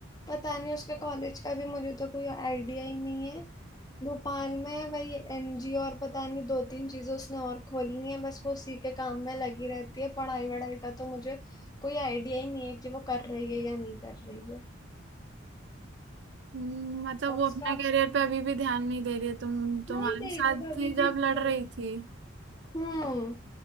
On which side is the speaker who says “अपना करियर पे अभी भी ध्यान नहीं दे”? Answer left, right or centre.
Right